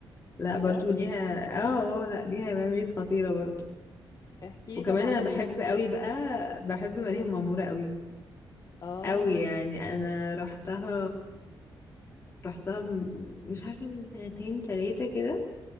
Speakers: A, on the left (about 30°); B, on the left (about 45°).
A: لا
B: بجد
A: برضو ليها اه اه آه، لا ليها ميموريز خطيرة برضو
B: احكي
A: وكمان
B: لي طبعا
A: انا
B: على
A: بحب
B: your memories
A: قوي بقى بحب ملاهي
B: اه
A: المعمورة قوي
B: اه
A: قوي يعني انا رحتها رحتها م- مش عارفة من سنتين تلاتة كده